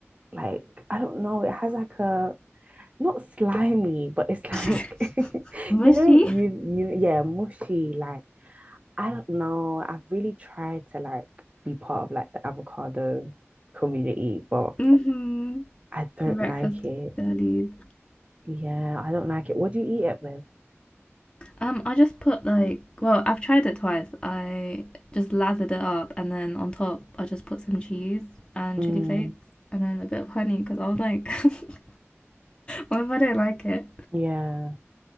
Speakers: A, on the right; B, on the left.
A: Like, I don't know. It has like a not slimy, but it's like
B: <laughs>
A: <laughs>
B: Mushy.
A: you know, you you yeah, mushy. Like I don't know. I've really tried to like be part of like the avocado community, but
B: Mm-hmm.
A: I don't
B: The breakfast
A: like it.
B: girlies.
A: Yeah, I don't like it. What do you eat it with?
B: Um, I just put like, well, I've tried it twice. I just lathered it up, and then on top, I just put some cheese and
A: Mm,
B: chili flakes, and then a bit of honey because I was like, <laughs> What if I don't like it?
A: yeah,